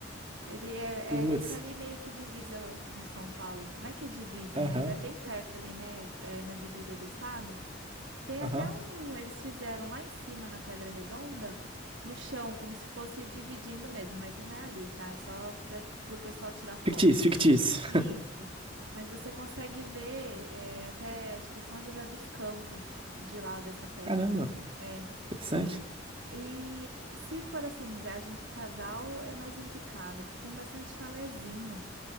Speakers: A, on the right; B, on the right.
A: Ele é,
B: Putz,
A: é- fica ali meio que divisa com São Paulo. Não é que é divisa,
B: aham,
A: mas é bem perto ali, né? É na divisa do estado. Tem
B: aham.
A: até um, eles fizeram lá em cima na Pedra Redonda, no chão, como se fosse dividindo mesmo, mas não é ali, tá? É só para o pessoal tirar foto.
B: Fictício, fictício.
A: Isso. Mas você consegue ver é, até, acho que é São José dos Campos, de lá dessa pedra.
B: <laughs> Caramba,
A: É.
B: interessante.
A: E se for assim, viagem de casal, é mais indicado, porque tem bastante chalezinho.